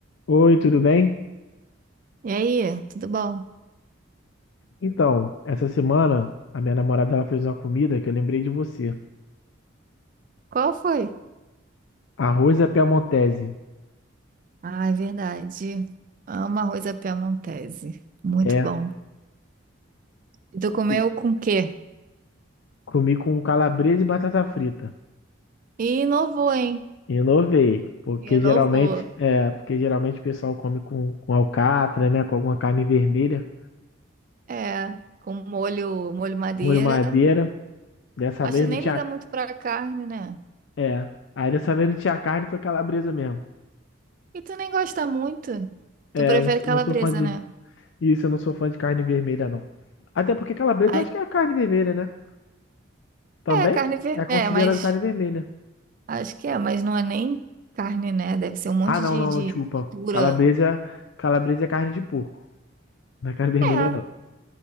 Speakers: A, on the left; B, on the right.
A: Oi, tudo bem?
B: E aí, tudo bom?
A: Então, essa semana a minha namorada ela fez uma comida que eu lembrei de você.
B: Qual foi?
A: Arroz à piamontese.
B: Ah, é verdade. Amo arroz à piamontese. Muito
A: É,
B: bom. E tu comeu
A: e
B: com o quê?
A: comi com calabresa e batata frita.
B: E inovou, hein?
A: Inovei, porque
B: Inovou.
A: geralmente, é, porque geralmente o pessoal come com, com alcatra, né, com alguma carne vermelha,
B: É, com molho, molho madeira.
A: molho madeira. Dessa
B: Mas
A: vez
B: tu nem
A: não tinha,
B: liga muito pra carne, né?
A: é, aí dessa vez não tinha carne, foi calabresa mesmo.
B: E tu nem gosta muito.
A: É,
B: Tu prefere
A: eu não,
B: calabresa,
A: não sou fã de
B: né?
A: isso, eu não sou fã de carne vermelha não. Até porque calabresa
B: Ai,
A: eu acho que é a carne vermelha, né? Também
B: é, carne vermelha.
A: é considerado
B: É, mas
A: carne vermelha.
B: acho que é, mas não é nem carne, né? Deve ser um monte
A: Ah, não,
B: de,
A: não,
B: de
A: não, desculpa.
B: mistura.
A: Calabresa, calabresa é carne de porco. Não é carne <laughs> vermelha,
B: É,
A: não.